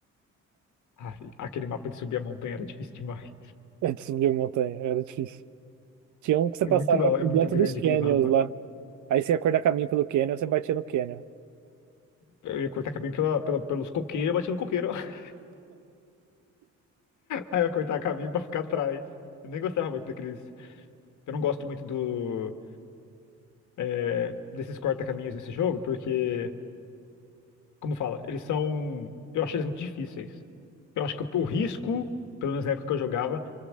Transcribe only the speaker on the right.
É de subir montanha, era difícil. Tinha um que você
passava
por
dentro
dos canyons
lá. Aí você ia cortar caminho pelo canyon, você batia no canyon.